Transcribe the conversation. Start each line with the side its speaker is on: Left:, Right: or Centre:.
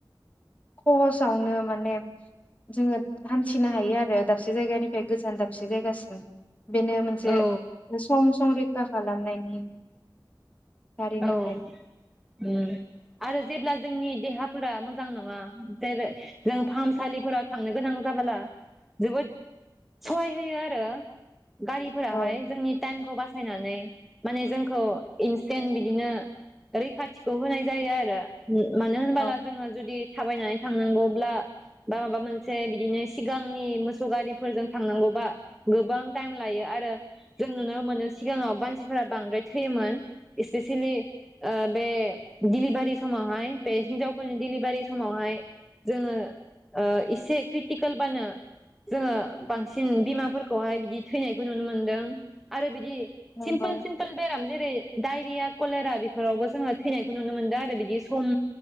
Left: खहसावनो माने जोङो हान्थिनो हायो आरो दाबसे जायगानिफ्राय गोजान दाबसे जायगासिम बेनो मोनसे
Centre: औ
Left: सम संरैखा खालामनायनि गारिनिफ्राय
Centre: औ उम आरो जेब्ला जोंनि देहाफोरा मोजां नोङा जेरै जों फाहामसालिफोराव थांनो गोनां जाबोला जोबोद सहाय होयो आरो गारिफोराहाय
Left: औ
Centre: जोंनि टाइमखौ बासायनानै माने जोंखौ इनस जों बिदिनो रैखाथिखौ होनाय जायो आरो मानो होनबाला
Left: औ
Centre: जोङो जुदि थाबायनानै थांनांगौब्ला बा माबा मोनसे बिदिनो सिगांनि मोसौ गारिफोरजों थांनांगौबा गोबां टाइम लायो आरो जों नुनो मोनो सिगाङाव मानसिफोरा बांद्राय थैयोमोन इसपेसिलि ओ बे दिलिभारि समावहाय बे हिनजावफोरनि डिलिभारि समावहाय जोङो ओ एसे क्रिटिकेलबानो जोङो बांसिन बिमाफोरखौहाय बिदि थैनायखौ नुनो मोनदों आरो बिदि
Left: नंगौ
Centre: सिमपोल सिमपोल बेराम जेरै डायरिया कलेरा बेफोरावबो जोङो थैनायखौ नुनो मोनदों आरो बिदि सम